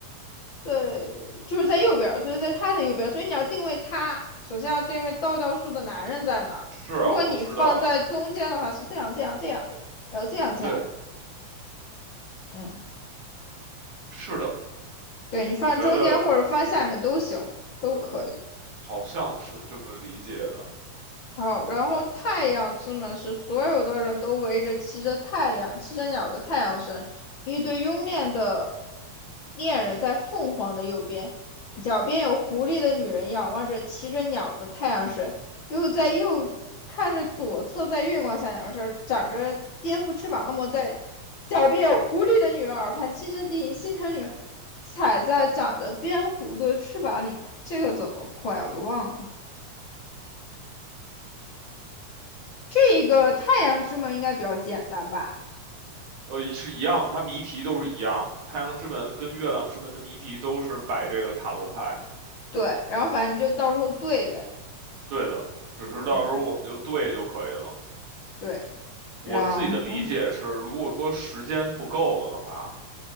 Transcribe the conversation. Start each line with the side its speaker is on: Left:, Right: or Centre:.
Left: 在就是在右边所以在他的右边所以你要定位他，首先要定位倒倒数的男人在哪儿。
Right: 是啊，
Left: 如果你放在中间的话，
Right: 我知道，
Left: 是这样这样这样的，然后这样这样的，
Right: 对，
Left: 嗯，
Right: 是的，
Left: 对你放中间或者放下面都行，
Right: 我觉得
Left: 都可以。
Right: 对，好像是这么理解的。
Left: 好，然后太阳之门是所有的人都围着骑着太阳、骑着鸟的太阳神，一对慵懒的恋人在凤凰的右边，脚边有狐狸的女人仰望着骑着鸟的太阳神，又在右看着左侧在月光下鸟身长着蝙蝠翅膀恶魔在脚边有狐狸的女人耳畔轻声低吟，心疼女人踩在长着蝙蝠的翅膀里面，这个怎么破呀？我都忘了。这个太阳之门应该比较简单吧？
Right: 呃，是一样，它谜题都是一样的。太阳之门跟月亮之门的谜题都是摆这个塔罗牌，
Left: 对，然后反正你就到时候对呗。
Right: 对的，只是到时候我们就对就可以了。
Left: 嗯，对，
Right: 我自己的理解是，
Left: 然后
Right: 如果说时间不够了的话，